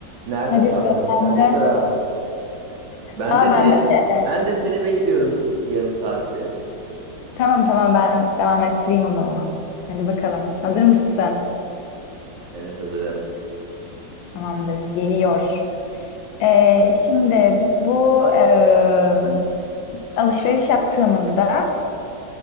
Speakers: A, on the right; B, on the left.
A: Nerede
B: Hadi
A: kaldın?
B: sıra
A: Hadi sende
B: sende.
A: sıra. Bende
B: Aa
A: mi?
B: bende mi?
A: Ben de seni bekliyorum s- yarım saattir.
B: Tamam tamam ben devam ettireyim o zaman. Hadi bakalım. Hazır mısın?
A: Ben hep hazırım.
B: Tamamdır. Geliyor. Ee, şimdi bu e, alışveriş yaptığımızda